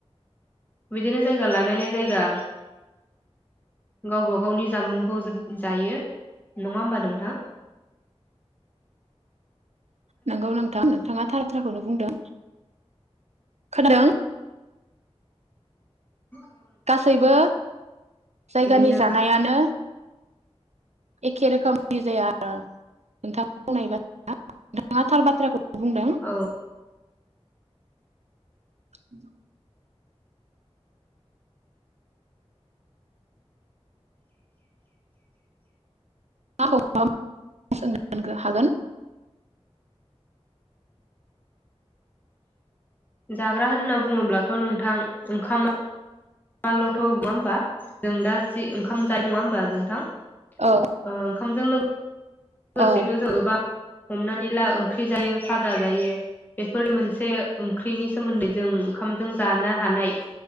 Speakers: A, on the left; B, on the right.
A: बिदिनो जायगा लानायनि जायगा गावबा गावनि जामुंखौ जायो नङा होमबा नोंथां।
B: नंगौ नोंथां नोंथाङा थारथ्राखौनो बुंदों। खोनादों।
A: उ
B: गासैबो जायगानि
A: बिदिनो
B: जानायानो एखेेरोखोमनि जायो आरो। नोंथां बुंनाय बाथ्राया <inaudible> नोंथाङा थार बाथ्राखौ। बुंदों।
A: औ
B: <inaudible> <inaudible> हागोन।
A: जाग्रा होनना बुङोब्लाथ' नोंथां ओंखामा माल'थ' नङा होमबा जों दा जि ओंखाम जायो नङा होमबा नोंथां ओ
B: औ
A: ओंखामजों लोगो
B: औ
A: <unintelligible> सेथ' जोङोबा हमनानै ला ओंख्रि जायो भाजा जायो बेफोर मोनसे ओंख्रिनि सोमोन्दै जों ओंखामजों जानो हानाय